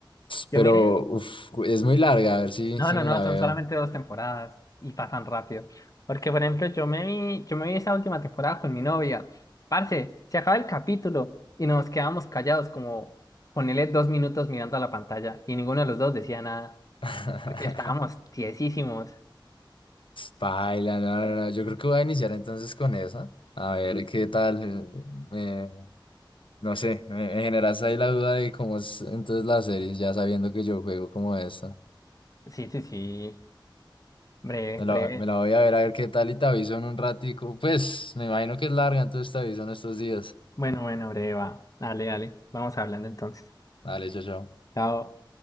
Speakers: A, on the left; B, on the left.
A: Yo
B: Pero
A: miré
B: uf, es muy larga, a ver si,
A: No,
B: si
A: no,
B: me
A: no,
B: la
A: son
B: veo.
A: solamente dos temporadas y pasan rápido. Porque, por ejemplo, yo me vi, yo me vi esa última temporada con mi novia. Parce, se acaba el capítulo y nos quedamos callados, como ponerle dos minutos mirando a la pantalla y ninguno de los dos decía nada,
B: <laughs>
A: porque estábamos tiesísimos.
B: Paila, no, no, no, Yo creo que voy a iniciar entonces con esa. A ver qué tal. eh, me- No sé, me, me generaste ahí la duda de cómo es entonces la serie, ya sabiendo que yo juego como esta.
A: Sí, sí, sí. Breve,
B: Me la,
A: breve.
B: me la voy a ver a ver qué tal y te aviso en un ratico. Pues me imagino que es larga, entonces te aviso en estos días.
A: Bueno, bueno, breve, va. Dale, dale. Vamos hablando entonces.
B: Vale, chao, chao.
A: Chao.